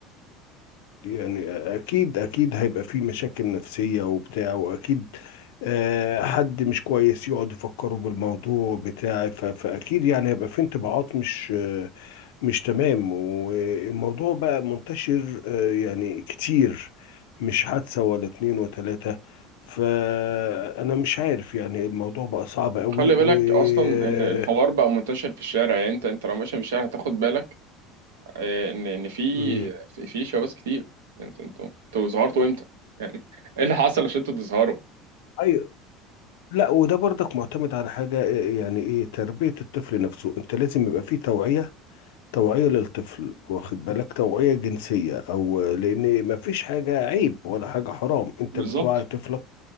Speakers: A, on the left; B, on the right.
A: يعني اكيد اكيد هيبقى فيه مشاكل نفسية وبتاع واكيد آه، حد مش كويس يقعد يفكره بالموضوع بتاع ف- فاكيد يعني هيبقى فيه انطباعات مش آه، مش تمام والموضوع بقى منتشر آه، يعني كتير مش حادثة ولا اتنين وتلاتة فانا مش عارف يعني الموضوع بقى صعب قوي
B: خلي
A: و
B: بالك اصلا
A: آه،
B: ان الحوار بقى منتشر في الشارع يعني انت انت لو ماشي في الشارع هتاخد بالك آه، ان ان في
A: مم.
B: في في شواذ كتير انت انتوا انتوا ظهرتوا امتى يعني ايه اللي حصل عشان انتوا تظهروا
A: أيوة. لا وده برضك معتمد على حاجة إيه- يعني ايه تربية الطفل نفسه انت لازم يبقى فيه توعية توعية للطفل واخد بالك توعية جنسية او لان ما فيش حاجة عيب ولا حاجة حرام انت
B: بالظبط
A: بتوعي طفلك